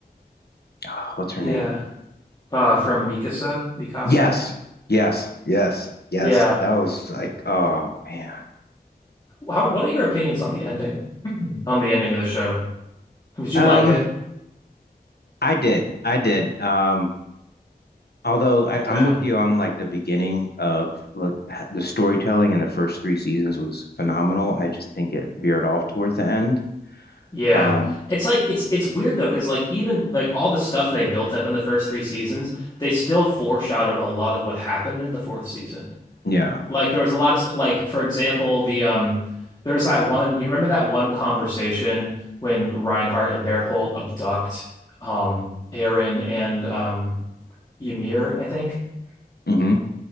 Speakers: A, on the left; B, on the left.
A: ah, what's
B: Yeah.
A: her name?
B: Uh, from Mikasa, Mikasa.
A: Yes, yes, yes, yes.
B: Yeah.
A: That was like, oh man.
B: How, what are your opinions on the ending? Mhm. On the ending of the show? Did you
A: Um,
B: like it?
A: I did, I did. Um, although I,
B: Okay.
A: I'm with you on like the beginning of like h- the storytelling in the first three seasons was phenomenal. I just think it veered off towards the end.
B: Yeah.
A: Um,
B: It's like it's it's weird though, because like even like all the stuff they built up in the first three seasons, they still foreshadowed a lot of what happened in the fourth season.
A: yeah.
B: Like there was a lot of st like for example, the um there's that one you remember that one conversation when Reinhardt and Barrett Holt abduct um Aaron and um Ymir, I think.
A: Mm-hmm.